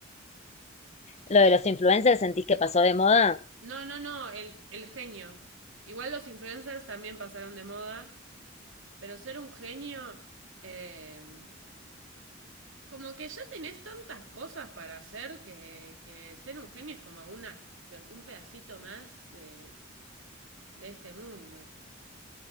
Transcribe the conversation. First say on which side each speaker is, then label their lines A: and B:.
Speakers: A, on the left; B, on the right.
A: Lo de los influencers, ¿sentís que pasó de moda?
B: No, no, no, el, el genio. Igual los influencers también pasaron de moda, pero ser un genio. eh, como que ya tenés tantas cosas para hacer que, que ser un genio es como una, un pedacito más de, de este mundo.